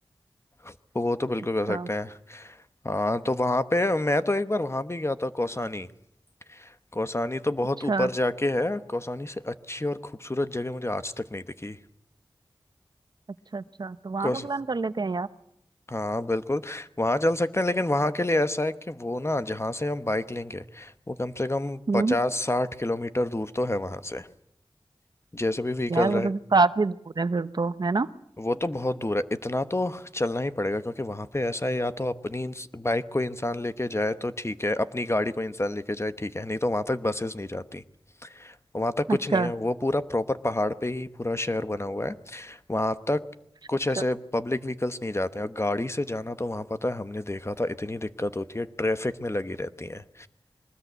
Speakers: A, on the left; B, on the right.
A: तो वो तो बिल्कुल
B: अच्छा
A: कर सकते हैं हाँ तो वहां पे मैं तो एक बार वहां भी गया था कौसानी कौसानी तो बहुत
B: अच्छा
A: ऊपर जाके है कौसानी से अच्छी और खूबसूरत जगह मुझे आज तक नहीं दिखी
B: अच्छा अच्छा तो वहां
A: कौस
B: का प्लान कर लेते हैं यार
A: हाँ बिल्कुल वहां चल सकते हैं लेकिन वहां के लिए ऐसा है कि वो ना जहाँ से हम बाइक लेंगे वो कम से कम
B: हम्म
A: पचास साठ किलोमीटर दूर तो है वहां से जैसे भी व्हीकल
B: यार
A: रहे
B: वो तो फिर काफी दूर है फिर तो है ना
A: वो तो बहुत दूर है इतना तो चलना ही पड़ेगा क्योंकि वहां पे ऐसा है या तो अपनी इंस- बाइक को इंसान लेके जाए तो ठीक है अपनी गाड़ी को इंसान लेके जाए ठीक है नहीं तो वहां तक बसेस नहीं जाती वहां तक कुछ
B: अच्छा
A: नहीं है वो पूरा प्रॉपर पहाड़ पे ही पूरा शहर बना हुआ है वहां तक कुछ
B: अच्छा
A: ऐसे पब्लिक व्हीकल्स नहीं जाते हैं और गाड़ी से जाना तो वहां पता है हमने देखा था इतनी दिक्कत होती है ट्रैफिक में लगी रहती है